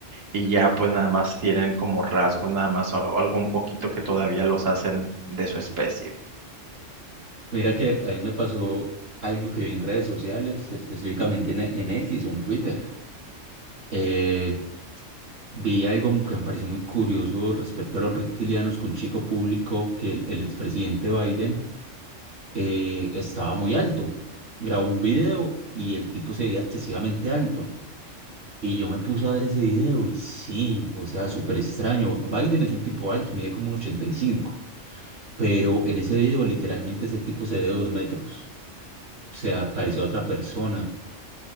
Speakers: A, on the right; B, on the right.
A: Y ya pues nada más tienen como rasgos, nada más a- algo un poquito que todavía los hacen de su especie.
B: Mira que a mí me pasó algo que vi en redes sociales, específicamente en, en X o en Twitter. Eh, Vi algo que me pareció muy curioso respecto a los reptilianos, que un chico público que el, el expresidente Biden eh, estaba muy alto. Grabó un video y el tipo se veía excesivamente alto. Y yo me puse a ver ese video y sí, o sea, súper extraño. Biden es un tipo alto, mide como un ochenta y cinco pero en ese video literalmente ese tipo se ve dos metros. O sea, parecía otra persona.